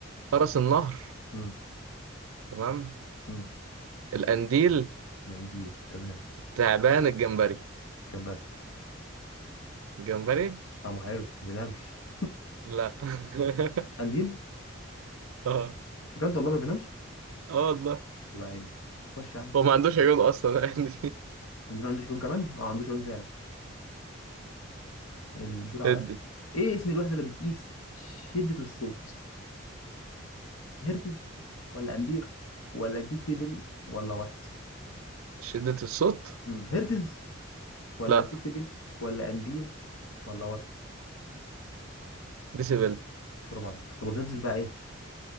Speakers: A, on the right; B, on the left.
A: فرس النهر
B: امم
A: تمام
B: امم
A: القنديل
B: القنديل تمام
A: تعبان الجمبري
B: كمبري
A: الجمبري
B: طعمه حلو ما بينامش
A: لا <laughs>
B: قنديل
A: اه
B: بجد والله ما بينامش
A: اه والله
B: الله يعينه خش يا عم
A: هو ما عندوش عيون اصلا <laughs> عندي
B: قنديل عنده شؤون كمان اه عنده شؤون فعلا الدور عليا
A: ادي
B: ايه اسم الوحدة اللي بتقيس شدة الصوت هرتز ولا امبير ولا ديسيبل ولا وات
A: شدة الصوت
B: مم. هرتز ولا
A: لا
B: ديسيبل ولا امبير والله وات
A: ديسيبل
B: برافو عليك طب والهيرتز بتاع ايه